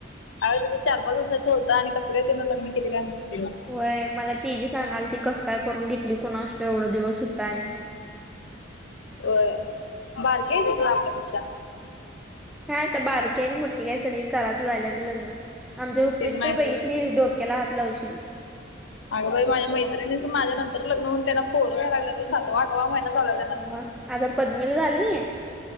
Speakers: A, on the left; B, in the centre.
A: अग तं चार पाच वर्षाचं होता आणि कसं कायिन ल्न केलं काय म्ह
B: वय मला ती जी सांगाल ती कसं काय करून घेतली कोुणा असतो एवढा दिवस होता आणि
A: होय बारगे तिकला आपल्यापेक्षा
B: काय आता बारकी आणि मोठी काय सगळी कराच लाहिल्यात लग्न. आमच्या उपरत
A: ते पण
B: तर
A: आहे सोड
B: बईतली डोक्याला हात लावशील त.
A: अगं बाई माझ्या मैत्रिणीच माझ्या नंतर लग्न त्यांना पोर व्याय लाग सात वाट. सवा महिना चालूनास म
B: मग आता पद्मीला झालं नाही